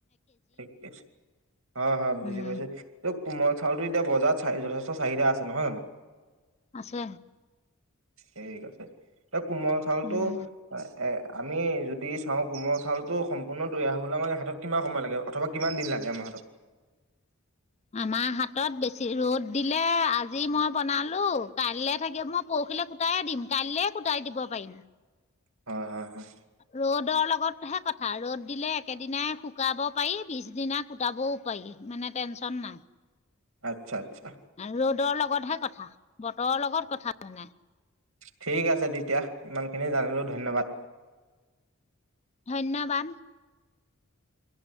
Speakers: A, on the right; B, on the left.
A: ঠিকছে হ হয় বুজি
B: উম
A: পাইছো ত কোমল চাউলটো এতিয়া বজাৰত চ যথেষ্ট চাহিদা আছে নহয় জানো?
B: আছে
A: ঠিক আছে। তই কোমল চাউলটো
B: উম
A: অ'- এ আমি যদি চাওঁ কোমল চাউলটো সম্পূৰ্ণ তৈয়াৰ হবলে আমাক হাতত কিমান সময় লাগে? অথবা কিমান দিন লাগে আমাৰ হাতত
B: আমাৰ হাতত বেছি ৰ'দ দিলে আজি মই বনালোঁ কাইলৈ থাকে মই পৰহিলৈ কুটাই দিম কাইলৈ কুটাই দিব পাৰিম।
A: হয় - হয় - হয়।
B: ৰ'দৰ লগতহে কথা ৰ'দ দিলে একেদিনাই শুকাব পাৰি বিছ দিনা কুটাবও পাৰি মানে টেনশচন নাই
A: আচ্ছা আচ্ছা
B: ৰ'দৰ লগতহে কথা বতৰৰ লগত কথা মানে
A: ঠিক আছে তেতিয়া ইমানখিনি জানিলো ধন্যবাদ
B: ধন্যবাদ